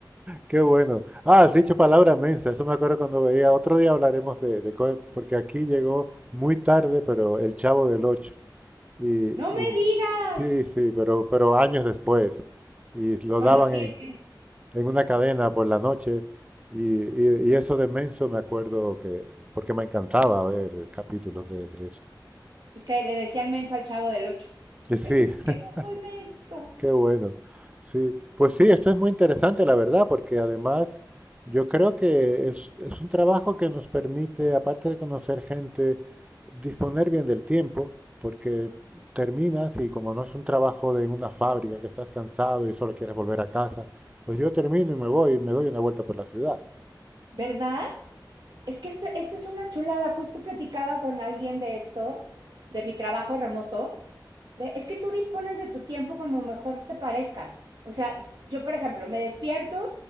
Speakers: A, on the right (about 15°); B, on the right (about 70°).
A: qué bueno. Ah, has dicho palabra mensa, eso me acuerdo cuando veía. Otro día hablaremos de, de Coe, porque aquí llegó muy tarde, pero el Chavo del Ocho. Y,
B: ¡No me digas!
A: y- sí, sí, pero, pero años después. Y lo
B: Bueno,
A: daban
B: sí,
A: en,
B: es que,
A: en una cadena por la noche. Y, y- y eso de Menso me acuerdo que, porque me encantaba ver capítulos de, de eso.
B: es que le decían menso al chavo del 8.
A: Y sí,
B: Es
A: <laughs>
B: que no soy menso.
A: qué bueno. Sí, pues sí, esto es muy interesante, la verdad, porque además yo creo que es, es un trabajo que nos permite, aparte de conocer gente, disponer bien del tiempo, porque terminas y como no es un trabajo de una fábrica que estás cansado y solo quieres volver a casa, pues yo termino y me voy y me doy una vuelta por la ciudad.
B: ¿Verdad? Es que esto, esto es una chulada. Justo platicaba con alguien de esto, de mi trabajo remoto. de- es que tú dispones de tu tiempo como mejor te parezca. O sea, yo, por ejemplo, me despierto,